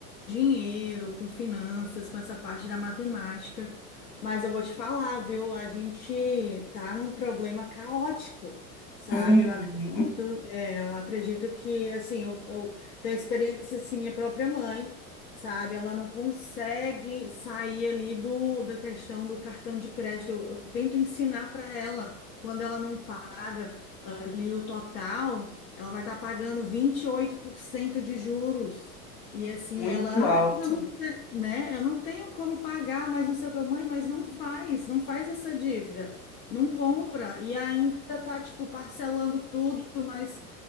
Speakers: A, on the left; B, on the left.
A: dinheiro, com finanças, com essa parte da matemática. Mas eu vou te falar, viu? A gente tá num problema caótico, sabe?
B: Uhum,
A: Eu acredito, é, eu acredito que, assim, eu, eu tenho experiência, assim, minha própria mãe sabe? Ela não consegue sair ali do, da questão do cartão de crédito. Eu, eu tento ensinar para ela, quando ela não paga ali o total, ela vai estar pagando 28% de juros. E assim,
B: muito
A: ela,
B: alto.
A: ah, mas eu não, te- né? Eu não tenho como pagar, mas não sei o que, mãe, mas não faz, não faz essa dívida. Não compra e ainda tá, tipo, parcelando tudo, mas